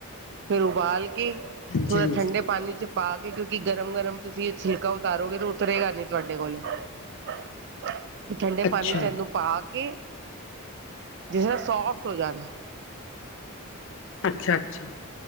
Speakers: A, on the right; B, on the left.
A: ਫਿਰ ਉਬਾਲ ਕੇ
B: ਹਾਂਜੀ
A: ਥੋੜਾ
B: ਹਾਂਜੀ
A: ਠੰਡੇ ਪਾਣੀ ਚ ਪਾ ਕੇ ਕਿਉਂਕਿ ਗਰਮ'ਗਰਮ ਤੁਸੀਂ ਛਿਲਕਾ ਉਤਾਰੋਗੇ, ਤੇ ਉਤਰੇਗਾ ਨੀ ਤੁਹਾਡੇ ਕੋਲੋਂ <inaudible> ਠੰਡੇ
B: ਅੱਛਾ
A: ਪਾਣੀ ਚ ਇਹਨੂੰ ਪਾ ਕੇ ਜਿਸ ਤਰ੍ਹਾਂ ਸੋਫਟ ਹੋ ਜਾਣ
B: ਅੱਛਾ-ਅੱਛਾ।